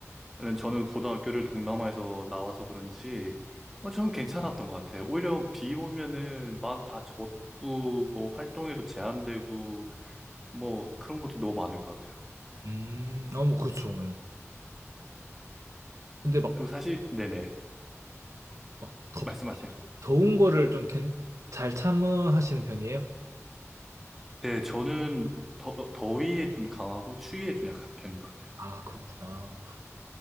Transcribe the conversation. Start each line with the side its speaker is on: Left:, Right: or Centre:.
Centre: 저는 고등학교를 동남아에서 나와서 그런지 어, 저는 괜찮았던 것 같아요. 오히려 비 오면은 막 다 젖고 뭐 활동에도 제한되고 뭐 그런 것도 너무 많을 것 같아요.
Right: 음, 아, 뭐 그렇죠. 예. 근데 막
Centre: 그리고 사실 네네
Right: 막 덥,
Centre: 말씀하세요.
Right: 더운 거를 좀 잘 참으시는 편이에요?
Centre: 네 저는 더, 더위에 좀 강하고 추위에 좀 약한 편인 것 같아요.
Right: 아, 그렇구나.